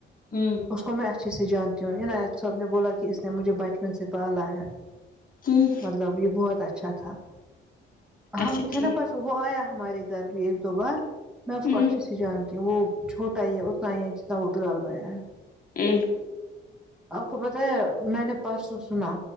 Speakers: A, on the left; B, in the centre.
A: ہں
B: اس کو میں اچھے سے جانتی ہوں عنایت صاب نے بولا کہ اس نے مجھے بچپن سے پالا ہے
A: ہوں
B: مطلب یہ بہت اچھا تھا ہم
A: اچھا
B: تھے
A: ٹھیک
B: نا پرس وہ آیا ہمارے گھر ایک دو بار میں اس
A: ہوں
B: کو اچھے سے جان وہ چھوٹا ہی ہے اتنا ہی ہے جتنا وہ بلال بایا ہے
A: ایک
B: آپ کو پتا ہے میں نے پرسوں سنا